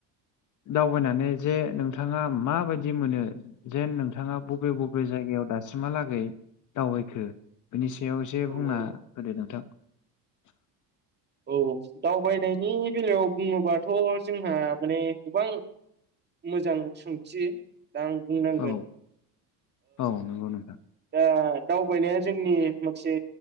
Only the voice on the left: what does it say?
दावबायनानै जे नोंथाङा माबायदि मोनो। जेन नोंथाङा बबे बबे जायगायाव दासिमहालागै दावबायखो। बिनि सायाव एसे
बुंना
होदो नोंथां।
औ औ नंगौ नोंथां